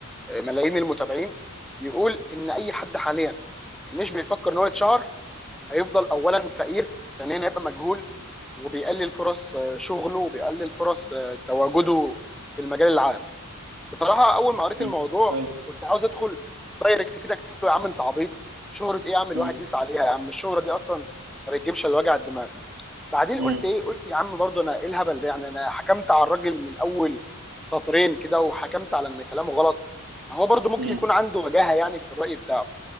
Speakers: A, in the centre; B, on the right.
A: آه، ملايين المتابعين بيقول ان اي حد حاليا مش بيفكر ان هو يتشهر هيفضل اولا فقير ثانيا هيبقى مجهول وبيقلل فرص آه، شغله وبيقلل فرص آه، تواجده في المجال العام بصراحه اول ما قريت
B: مم.
A: الموضوع
B: ايوه
A: كنت عاوز ادخل دايركت كده اكتب له يا عم انت عبيط شهره ايه يا عم الواحد
B: مم.
A: يسعى عليها يا عم الشهره دي اصلا ما بتجيبش الا وجع الدماغ بعدين
B: مم.
A: قلت ايه قلت يا عم برضه انا ايه الهبل ده يعني انا حكمت على الراجل من اول سطرين كده وحكمت على ان كلامه غلط ما هو برضه ممكن
B: مم.
A: يكون عنده وجاهه يعني في الراي بتاعه